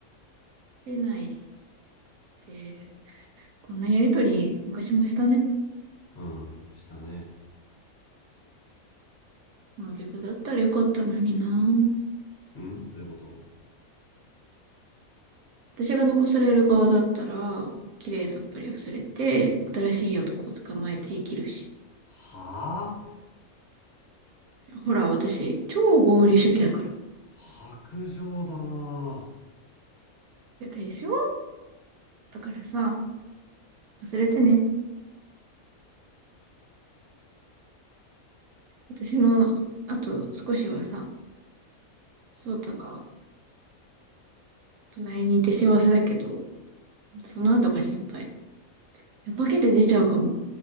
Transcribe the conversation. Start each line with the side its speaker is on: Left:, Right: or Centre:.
Right: でないし、で、こんなやりとり、昔もしたね。
Left: うん、したね。
Right: もう逆だったらよかったのにな。
Left: うんどういうこと
Right: 私が残される側だったら、綺麗さっぱり忘れて、新しい男を捕まえて生きるし。
Left: はぁあ
Right: ほら、私、超合理主義だから。
Left: 白状だな
Right: や、でしょだからさ、忘れてね。私の、あと少しはさ、ソータが隣にいて幸せだけど、その後が心配。いや化けて出ちゃうかも。